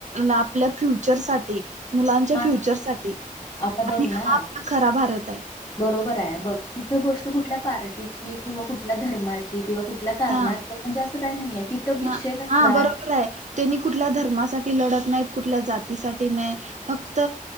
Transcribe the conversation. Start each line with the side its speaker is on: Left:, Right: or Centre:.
Right: आपल्या फ्युचर साठी. मुलांच्या
Left: हा
Right: फ्युचर साठी
Left: आता बघ
Right: आणि हा
Left: ना
Right: आपला खरा भारत आहे.
Left: बरोबर आहे बघ तिथं गोष्ट कुठल्या पार्टीची किंवा कुठल्या धर्माची. किंवा कुठल्या कारणात
Right: हा
Left: म्हणजे असं काही नाहीय तिथ विषय
Right: हा
Left: कसला
Right: हा बरोबर
Left: हाय.
Right: आहे त्यांनी कुठल्या धर्मासाठी लढत नाही कुठल्या जातीसाठी नाही फक्त